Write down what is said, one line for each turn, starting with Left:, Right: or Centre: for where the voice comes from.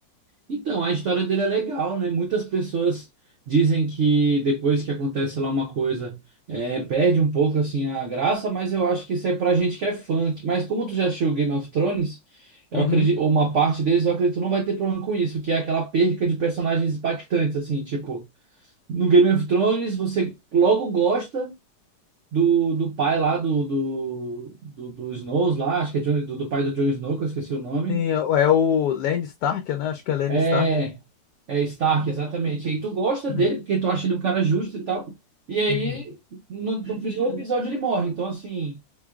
Right: Então, a história dele é legal, né? Muitas pessoas dizem que depois que acontece lá uma coisa, é, perde um pouco assim a graça, mas eu acho que isso é pra gente que é fã. que- Mas como tu já assistiu Game of Thrones, eu
Left: Uhum.
Right: acredito, ou uma parte deles, eu acredito que não vai ter problema com isso, que é aquela perca de personagens impactantes, assim, tipo, no Game of Thrones você logo gosta do, do pai lá do, do, do, do Snows lá, acho que é Jon- do, do pai do Jon Snow, que eu esqueci o nome.
Left: Sim, é é o Land Stark, né? Acho que é Land
Right: É,
Left: Stark.
Right: É Stark, exatamente. E aí tu gosta
Left: Uhum,
Right: dele porque tu acha ele um cara justo e tal. E aí,
Left: uhum.
Right: no, no primeiro episódio ele morre. Então, assim,